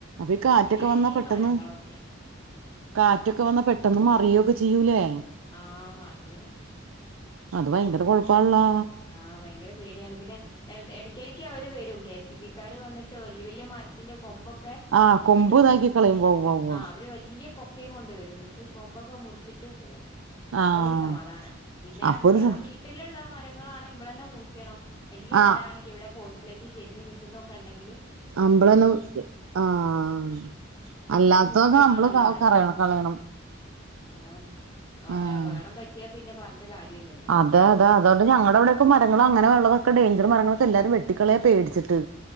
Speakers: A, on the right; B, on the left.
A: ഈ കാറ്റൊക്കെ
B: വല്ല്യ വല്ല്യ
A: വന്നാ പെട്ടെന്ന്
B: മരങ്ങളൊക്കെയാ
A: കാറ്റൊക്കെ വന്നാ പെട്ടെന്ന് മറിയൊക്കെ ചെയ്യൂലേ
B: ആ മറിയും
A: അത് ഭയങ്കര കൊഴപ്പാള്ളോ
B: ആഹ് ഭയങ്കര പേടിയാണ് പിന്നെ എടയ്ക്കിടക്ക് അവര് വരും കെ സി ബിക്കാര് വന്നിട്ട് വല്ല്യ വല്ല്യ മരത്തിന്റെ കൊമ്പൊക്കെ
A: ആഹ്
B: മുറിച്ചിട്ട്
A: കൊമ്പ്
B: പോ
A: ഇതാക്കി കളയും ഉവ്വ ഉവ്വ ഉവ്വ
B: ആ അവര് വല്ല്യ കൊ കൊക്കിം കൊണ്ട് വരും ന്നിട്ട് കൊമ്പൊക്കെ മുറിച്ചിട്ട് പോവും അപ്പൊ
A: ആഹ്
B: ഒരു സമാധാന പിന്നെ
A: അപ്പൊ
B: നമ്മള
A: ഒരു സ
B: വീ വീട്ടിലുള്ള മരങ്ങളാണ് ഇമ്മൾ തന്നെ മൂറിക്കണം വല്ല്യ
A: ആഹ്
B: മരാണെങ്കിൽ ഇവിടെ പോസ്റ്റിലേക്ക് ചരിഞ്ഞഞ് നിക്കുന്നതൊക്കെ ഇണ്ടെങ്കില്
A: അമ്പളന്നും ആഹ്
B: അത്
A: അല്ലാത്തൊക്കെ
B: മുറിക്കണാണല്ലോ
A: നമ്മള്
B: നല്ലേ
A: കറയണം കളയണം
B: അതാണ് വ
A: ആഹ്
B: അപകടം പറ്റിയാ പിന്നെ പറഞ്ഞിട്ട് കാര്യല്ലല്ലോ
A: അതെ അത അതൊ ണ്ട്ഞണ്ട ഇവിടൊക്കെ മരങ്ങള അങ്ങനെ ഉള്ളതൊക്കെ ടൈഞ്ചർ മരങ്ങളക്കെ എല്ലാരും വെട്ടിക്കളയ പേടിച്ചട്ട്